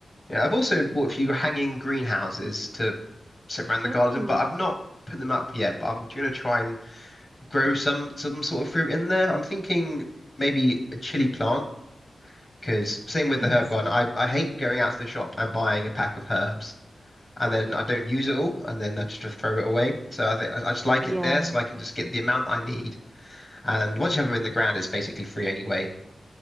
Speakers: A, on the left; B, on the right.
A: Yeah, I've also bought a few hanging greenhouses to sit around the
B: Oh,
A: garden, but I've not put them up yet. But I'm gonna try and grow some some sort of fruit in there. I'm thinking maybe a chili plant, because same with
B: nice.
A: the herb garden, I I hate going out to the shop and buying a pack of herbs and then
B: Mm.
A: I don't use it all, and then I just throw it away. So I think I I just like
B: Yeah.
A: it there, so I can just get the amount I need. And once you have them in the ground, it's basically free anyway.